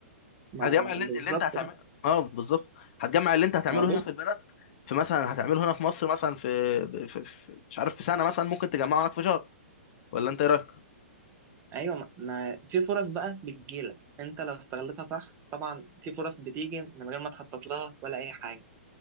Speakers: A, on the right; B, on the left.
A: ما
B: هتجمع اللي انت
A: بالظبط
B: اللي انت هتعمله
A: بقى
B: اه بالظبط هتجمع اللي انت هتعمله
A: ما هو بص
B: هنا في البلد في مثلا هتعمله هنا في مصر مثلا في, في, في مش عارف في سنه مثلا ممكن تجمعه هناك في شهر ولا انت ايه رايك؟
A: أيوه ما... ما في فرص بقى بتجيلك أنت لو استغلتها صح طبعا في فرص بتيجي من غير ما تخطط لها ولا أي حاجة